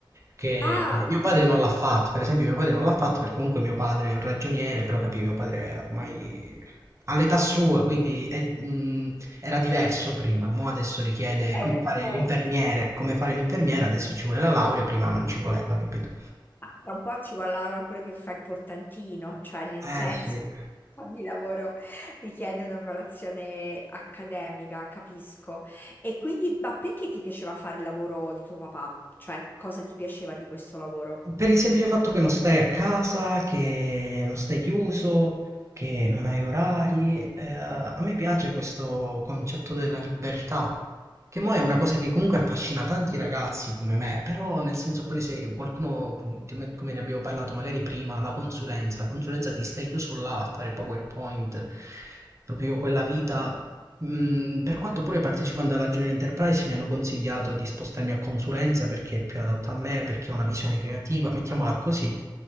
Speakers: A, on the right; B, on the left.
A: che
B: Ah,
A: eh, mio padre
B: ok,
A: non l'ha fatto, per esempio mio padre non l'ha fatto perché comunque mio padre è un ragioniere, però capì, mio padre è ormai all'età sua, quindi è- mh, era diverso prima, mo adesso richiede
B: hai
A: come
B: ragione.
A: fare l'infermiere, come fare l'infermiera, adesso ci vuole la laurea, prima non ci voleva, capito?
B: Ma Tra un po' ci vuole Laura pure per fare il portantino, cioè nel
A: Eh
B: senso
A: sì.
B: che ogni lavoro richiede una preparazione accademica, capisco. E quindi, ma perché ti piaceva fare il lavoro di tuo papà? Cioè, cosa ti piaceva di questo lavoro?
A: Per il semplice fatto che non stai a casa, che non stai chiuso, che non hai orari, eh, a me piace questo concetto della libertà, che mo è una cosa che comunque affascina tanti ragazzi come me, però nel senso poi se qualcuno, come ne abbiamo parlato magari prima, la consulenza, la consulenza ti stai chiuso là a fare PowerPoint, proprio quella vita Mm, per quanto pure partecipando alla Junior Enterprise mi hanno consigliato di spostarmi a consulenza perché è più adatto a me, perché ho una visione creativa, mettiamola così.